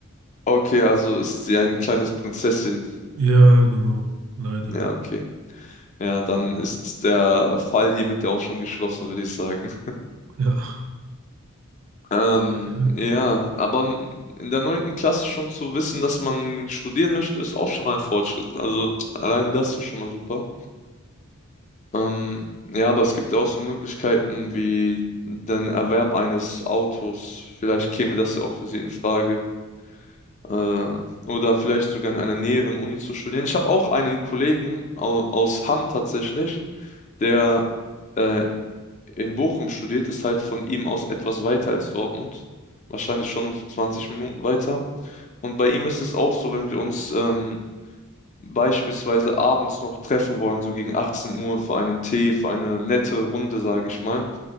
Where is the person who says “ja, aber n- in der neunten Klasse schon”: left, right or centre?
Left